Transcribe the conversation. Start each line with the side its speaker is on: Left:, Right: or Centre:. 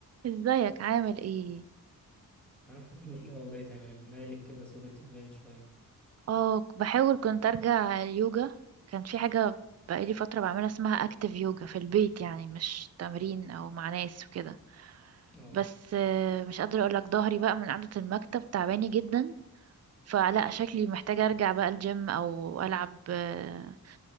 Right: ازيك عامل ايه
Centre: أنا الحمد لله والله تمام مالك كده صوتك تعبان شوية
Right: اه ك- بحاول كنت ارجع اليوجا كان في حاجة بقالي فترة بعملها اسمها اكتيف يوجا في البيت يعني مش تمرين او مع ناس وكده
Centre: اه
Right: بس آه، مش قادرة اقولك ظهري بقى من قعدة المكتب تعباني جدا فلا شكلي محتاجة ارجع بقى الجيم او العب آه،